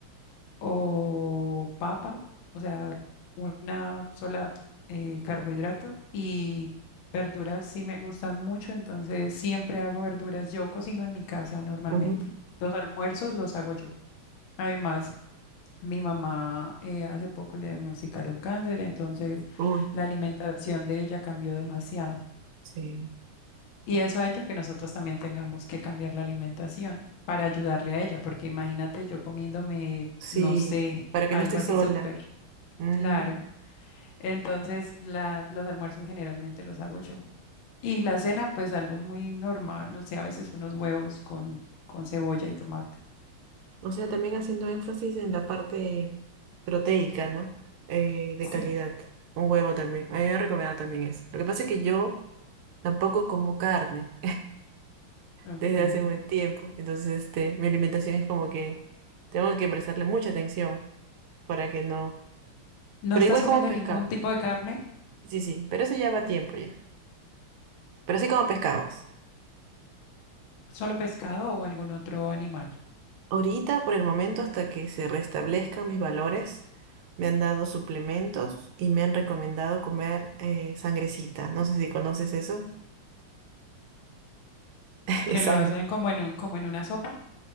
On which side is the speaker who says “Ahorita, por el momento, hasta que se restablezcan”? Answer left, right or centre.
Right